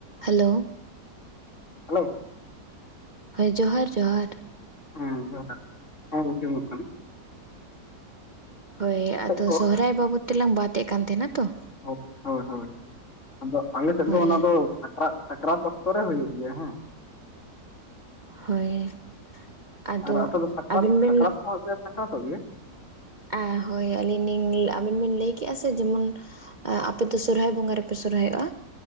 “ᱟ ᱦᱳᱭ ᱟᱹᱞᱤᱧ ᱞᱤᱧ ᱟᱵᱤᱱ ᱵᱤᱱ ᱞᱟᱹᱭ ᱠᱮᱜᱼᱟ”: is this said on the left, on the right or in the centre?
Right